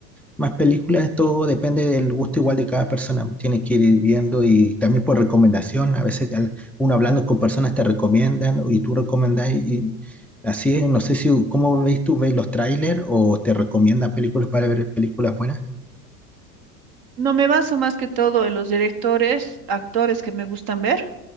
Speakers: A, in the centre; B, on the right.
A: más películas. Todo depende del gusto igual de cada persona. Tiene que ir viendo y también por recomendación. A veces al- uno hablando con personas te recomiendan y tú recomendás y, y así es. No sé si cómo veis tú, veis los trailers o te recomiendan películas para ver películas buenas.
B: No me baso más que todo en los directores, actores que me gustan ver.